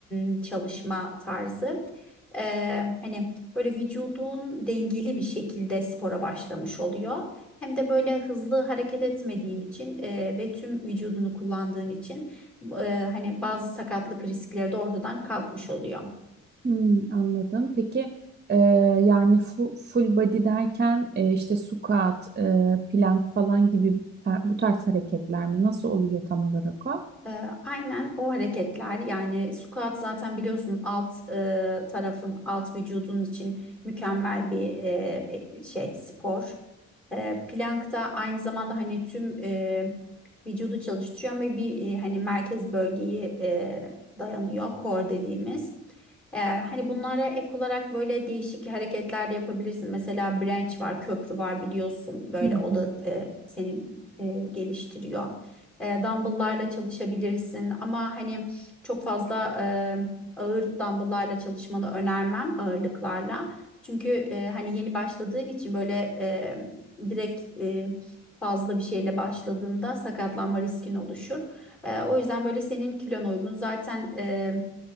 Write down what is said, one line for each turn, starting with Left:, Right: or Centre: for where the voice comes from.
Centre: m, çalışma tarzı. E, hani böyle vücudun dengeli bir şekilde spora başlamış oluyor. Hem de böyle hızlı hareket etmediğin için e, ve tüm vücudunu kullandığın için e, hani bazı sakatlık riskleri de ortadan kalkmış oluyor.
Right: Hmm, anladım. Peki e, yani fu- full body derken e, işte squat, e, plank falan gibi tar- bu tarz hareketler mi? Nasıl oluyor tam olarak o?
Centre: Ee, aynen o hareketler yani squat zaten biliyorsun alt e, tarafın alt vücudun için mükemmel bir e, e, şey spor. Ee, plank da aynı zamanda hani tüm e, vücudu çalıştırıyor ama bir e, hani merkez bölgeyi e, dayanıyor core dediğimiz. Ee, hani bunlara ek olarak böyle değişik hareketler de yapabilirsin. Mesela branch var, köprü var biliyorsun böyle
Right: Hı
Centre: o
Right: hı.
Centre: da e, seni e, geliştiriyor. E, dumbbell'larla çalışabilirsin ama hani çok fazla e, ağır dumbbell'larla çalışmanı önermem ağırlıklarla. Çünkü e, hani yeni başladığın için böyle e, direkt e, fazla bir şeyle başladığında sakatlanma riskin oluşur. E, o yüzden böyle senin kilona uygun zaten e,